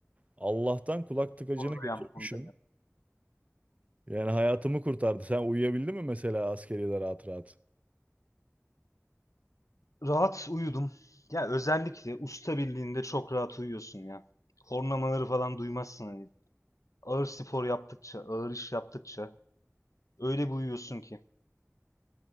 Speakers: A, on the right; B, on the left.
A: Allah'tan kulak tıkacını
B: Onu
A: götürmüşüm.
B: da yap, onu da yap.
A: Yani hayatımı kurtardı. Sen uyuyabildin mi mesela askeriyede rahat rahat?
B: Rahat uyudum. Ya özellikle usta birliğinde çok rahat uyuyorsun ya. Horlamaları falan duymazsın hani. Ağır spor yaptıkça, ağır iş yaptıkça öyle bir uyuyorsun ki.